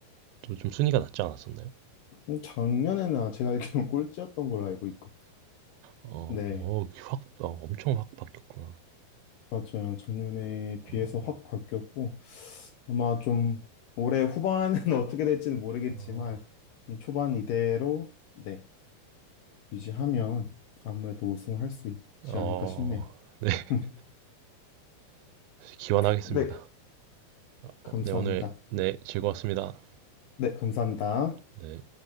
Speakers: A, on the right (about 80°); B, on the left (about 70°).
A: 또 좀 순위가 낮지 않았었나요?
B: 음, 작년에나 제가 알기로는 꼴찌였던 걸로 알고 있고
A: 어,
B: 네
A: 어, 확, 어, 엄청 확 바뀌었구나.
B: 맞아요. 작년에
A: 어,
B: 비해서 확 바뀌었고 아마 좀 올해 후반은 <laughs> 어떻게 될지는 모르겠지만
A: 어,
B: 좀 초반 이대로 네 유지하면 아무래도 우승을 할 수 있지
A: 어,
B: 않을까 싶네요.
A: 네, <laughs>
B: <laughs>
A: 기원하겠습니다.
B: 네, 감사합니다.
A: 어, 네, 오늘, 네, 즐거웠습니다.
B: 네, 감사합니다.
A: 네.